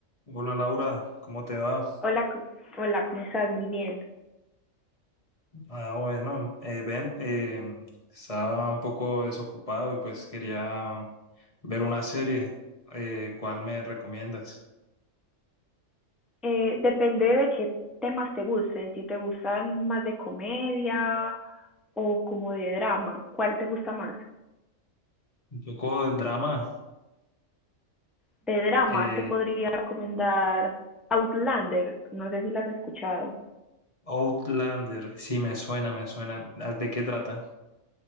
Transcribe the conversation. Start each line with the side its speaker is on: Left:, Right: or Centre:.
Left: Hola Laura, ¿cómo te va?
Centre: Hola, co- hola, ¿cómo estás? Muy bien.
Left: Ah, bueno, eh, Ben, eh, estaba un poco desocupado y pues quería ver una serie. Eh, ¿cuál me recomiendas?
Centre: Eh, depende de qué temas te gusten, si te gustan más de comedia o como de drama, ¿cuál te gusta más?
Left: Un poco de drama.
Centre: De drama
Left: eh,
Centre: te podría recomendar Outlander, no sé si la has escuchado.
Left: Outlander, sí, me suena, me suena. Ah, ¿De qué trata?